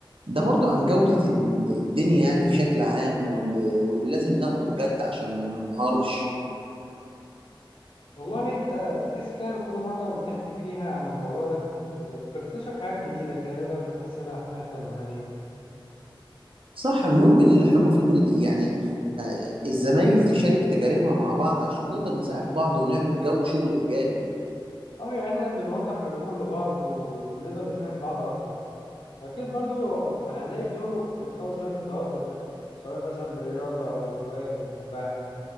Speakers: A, on the right; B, on the left.
A: ده برضو عن جودة ال- الدنيا يعني بشكل عام واللي واللي لازم ناخده بجد عشان ما ننهارش
B: والله انت تحس كده إن كل مرة بنحكي فيها عن الموضوع ده بكتشف حاجات جديدة كده نقدر نحسنها في حياتنا المهنية
A: صح المهم ان احنا المفروض ند- يعني آه، الزمايل تشارك تجاربها مع بعض عشان نقدر نساعد بعض ونعمل جو شغل ايجابي
B: اه يعني احنا بنوضح الامور لبعض وبنقدر نفهم بعض اكتر اكيد برضو هنلاقي طرق نتخلص بيها من التوتر ده سواء مثلا بالرياضة او الهواية اللي بنحبها